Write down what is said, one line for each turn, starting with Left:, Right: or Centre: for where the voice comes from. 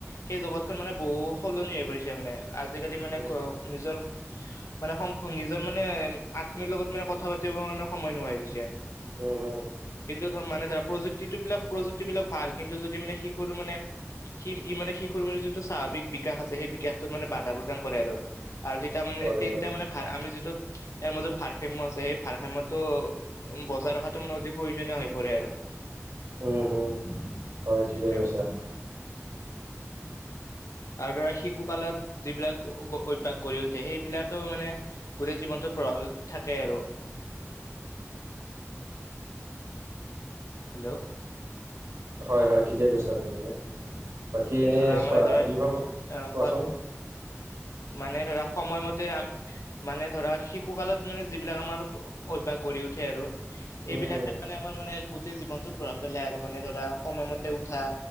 Left: সেই জগতখনৈ মানে বহু সলনি হৈ পৰিছে মানে আজিকালি মানে
Right: উম
Left: ক
Right: হুম
Left: নিজৰ মানে সম নিজৰ মানে আত্মীৰ লগত মানে কথা পাতিব কাৰানে সময় নোহোৱা হৈ গৈছে
Right: উ
Left: কিন্তু ধৰ মানে ধৰা প্ৰযুক্তিটো বিলাক প্ৰযুক্তিবিলাক ভাল কিন্তু যদি মানে শিশুৰ মানে সি ই মানে শিশুৰ মানে যিটো স্বাভাৱিক বিকাশ আছে সেই বিকাশ মানে বাধা প্ৰদান কৰে আৰু দুতটা মানে
Right: কৰে
Left: তিনিটা
Right: কৰে
Left: মানে ভাল আমি যিটো ইয়াৰ মাজত ভাৰসম্য আছে সেই ভাৰসাম্যটো বজাই ৰখাটো মানে অতি প্ৰয়োজনীয় হৈ পৰে আৰু <inaudible>
Right: উম উম হয়
Left: সেইটোৱে
Right: ঠিকে কৈছা
Left: কথা আৰু ধৰা শি পশুকালত যিবিলাক অভ্যাস গঢ়ি উঠে সেইবিলাকেও মানে গোটেই জীৱনটোত প্ৰভাৱ থাকে <unintelligible> হেল্ল'
Right: হয় হয় ঠিকে কৈছা বে তুমি
Left: উম
Right: বাকী এনেই
Left: ধৰা
Right: চোৱা
Left: মানে ধৰা আহ
Right: অভিভাৱক কোৱাচোন
Left: মানে ধৰা সময়মতে মানে ধৰা শিশুকালত মানে যিবিলাক আমাৰ অভ্যাস গঢ়ি উঠে আৰু সেইবিলাকে
Right: উম উম
Left: মানে আমাৰ মানে গোটেই জীৱনতটোত প্ৰভাৱ পেলাই আৰু মানে ধৰা সময় মতে উঠা